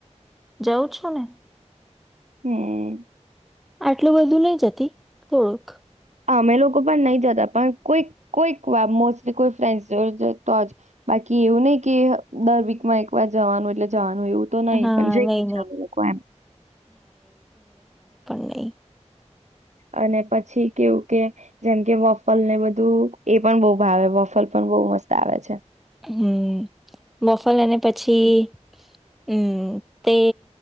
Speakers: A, in the centre; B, on the right.
A: જવું છું ને.
B: હમ્મ.
A: આટલું બધું નય જતી, થોડુક.
B: અમે લોકો પણ નય જતા પણ કોઈ, કોઈક વાર મોસ્ટલી કોઈ ફ્રેન્ડસ જોતો જ, બાકી એવું નય કે, દર વીકમાં એક વાર જવાનું એટલે જવાનું. એવું તો નહી
A: અના
B: પણ જઈએ
A: પળ
B: છે અમે લોકો એમ
A: નઈ
B: અને પછી કેવું કે, જેમ કે વોફલ ને બધું એ પણ બો ભાવે વોફલ પણ બો મસ્ત આવે છે.
A: હમ્મ, વોફલ અને પછી હમ્મ, તે